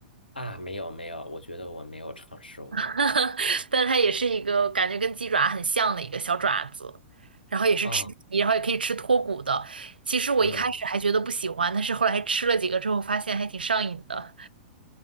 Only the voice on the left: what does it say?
啊，没有没有，我觉得我没有尝试过
啊。
嗯